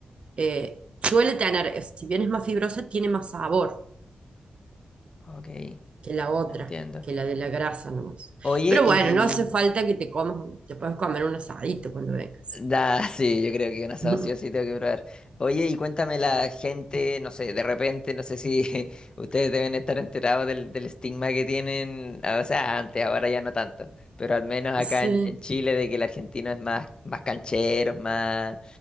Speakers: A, on the right; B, on the left.
A: eh, suele tener, eh, si bien es más fibrosa, tiene más sabor
B: Ok,
A: que la otra,
B: entiendo.
A: que la de la grasa nomás.
B: Oye,
A: Pero
B: y...
A: bueno, no hace falta que te comas, te puedes comer un asadito cuando vengas.
B: Da, <laughs> sí, yo creo que un asado
A: <laughs>
B: sí o sí tengo que probar. Oye, y cuéntame la gente, no sé, de repente, no sé si <laughs> ustedes deben estar enterados del, del estigma que tienen, ah, o sea, antes, ahora ya no tanto, pero al menos acá
A: Sí.
B: en, en Chile de que el argentino es más, más canchero, más,